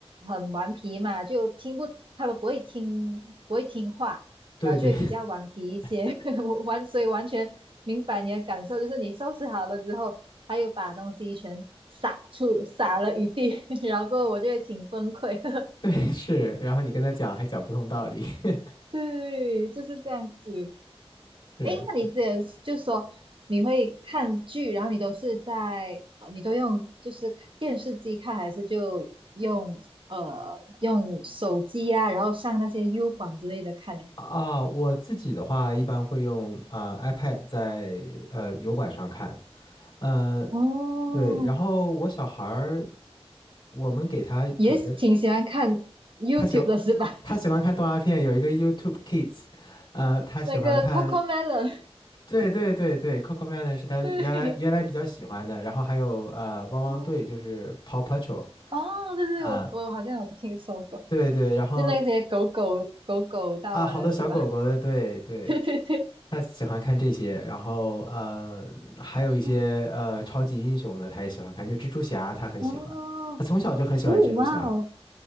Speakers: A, on the right; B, on the left.
A: 很顽皮嘛，就听不，他们不会听，不会听话，
B: 对对
A: 然后就会比较顽皮一些。
B: <laughs>
A: <laughs> 我完，所以完全明白你的感受，就是你收拾好了之后，还有把东西全撒出，撒了一地，<laughs> 然后过后我就会挺崩溃的
B: 对是，然后你跟他讲还讲不通道理，<laughs>
A: <laughs> 对，就是这样子。
B: 是
A: 哎，那你这就说你会看剧，然后你都是在呃，你都用就是电视机看，还是就用呃用手机啊，然后上那些 U 管之类的看呢？
B: 啊，我自己的话一般会用呃 iPad 在呃油管上看，嗯、呃、
A: 哦，
B: 对，然后我小孩儿我们给他准备，
A: 也挺喜欢看 YouTube
B: 他喜欢
A: 的是吧？
B: 他喜欢看动画片，有一个 YouTube Kids，呃他喜欢看。
A: <laughs> 那个 Cocomelon，
B: 对对对对，Coco Melon
A: <laughs>
B: 是他原来原来比较喜欢的，
A: 对，
B: 然后还有呃汪汪队就是
A: 哦，
B: Paw Patrol
A: 哦对对，
B: 啊，
A: 我我好像有听说过，
B: 对对，然后
A: 就那些狗狗狗狗大王的是吧？
B: 啊好多小狗狗的，对对，
A: <laughs> 对对对，
B: 他喜欢看这些，然后呃，还有一些呃超级英雄的，
A: 哦，
B: 他也喜欢看，就蜘蛛侠，他很喜欢。
A: 哦，
B: 他从小就很喜欢蜘蛛侠。
A: 哇哦，